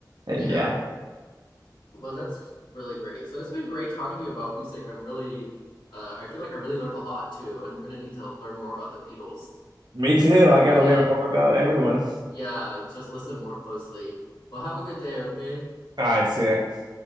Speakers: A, on the right; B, on the left.
A: And
B: Yeah.
A: yeah,
B: Well, that's really great. So it's been great talking to you about music. I'm really, uh, I feel like I really learned a lot too, and I'm gonna need to learn more about the Beatles.
A: me too. I got
B: Yeah,
A: to learn more about everyone.
B: Yeah, just listen more closely. Well, have a good day, okay?
A: All right, see ya.